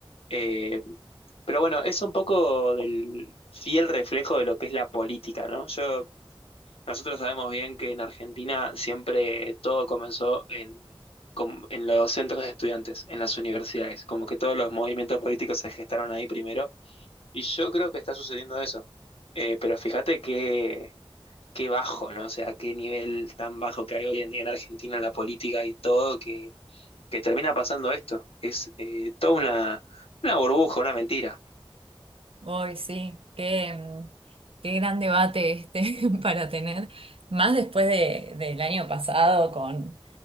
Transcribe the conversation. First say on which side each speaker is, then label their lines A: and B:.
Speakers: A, on the left (about 85°); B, on the right (about 75°).
A: Eh, pero bueno, es un poco del fiel reflejo de lo que es la política, ¿no? Yo Nosotros sabemos bien que en Argentina siempre todo comenzó en, com- en los centros de estudiantes, en las universidades, como que todos los movimientos políticos se gestaron ahí primero, y yo creo que está sucediendo eso. Eh, pero fíjate qué, qué bajo, ¿no? O sea, qué nivel tan bajo que hay hoy en día en Argentina en la política y todo, que, que termina pasando esto. Es eh, toda una, una burbuja, una mentira.
B: Hoy sí, qué, mm, qué gran debate este <laughs> para tener, más después de, del año pasado con